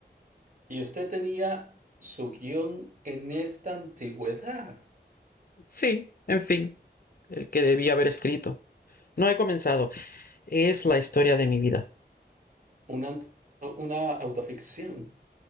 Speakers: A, on the right (about 45°); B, on the left (about 55°).
A: Y usted tenía su guión en esta antigüedad.
B: Sí, en fin, el que debía haber escrito. No he comenzado. Es la historia de mi vida.
A: Una, una autoficción.